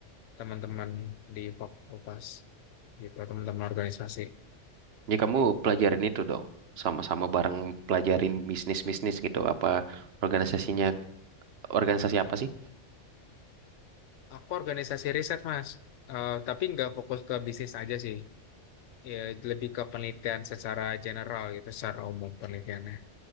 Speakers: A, on the left; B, on the right.
A: teman-teman di fakultas gitu, teman-teman organisasi.
B: Ya kamu pelajarin itu dong. Sama-sama bareng pelajarin bisnis-bisnis gitu. Apa organisasinya, organisasi apa sih?
A: Aku organisasi riset, Mas. Eh, tapi nggak fokus ke bisnis aja sih. Ya, lebih ke penelitian secara general gitu, secara umum penelitiannya.